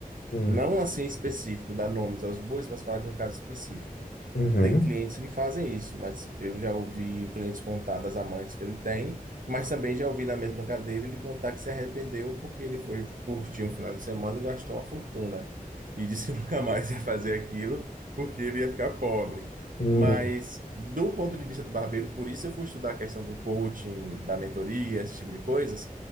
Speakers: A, on the left; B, on the right.
A: Hum.
B: Não assim específico, dar nomes aos bois, mas falar de um caso específico.
A: Uhum.
B: Tem clientes que fazem isso, mas eu já ouvi clientes contar das amantes que ele tem, mas também já ouvi na mesma cadeira ele contar que se arrependeu porque ele foi curtir um final de semana e gastou uma fortuna. E disse que <laughs> nunca mais ia fazer aquilo porque ele ia ficar pobre.
A: Hum,
B: Mas, do ponto de vista do barbeiro, por isso eu fui estudar a questão do coaching, da mentoria, esse tipo de coisas,